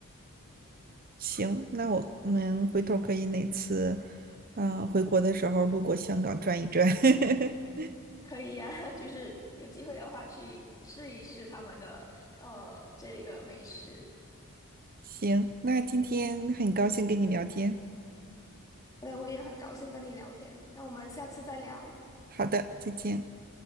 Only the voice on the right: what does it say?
行，那我们回头可以哪次，嗯、回国的时候路过香港转一转。<laughs>
行，那今天很高兴跟你聊天。
好的，再见。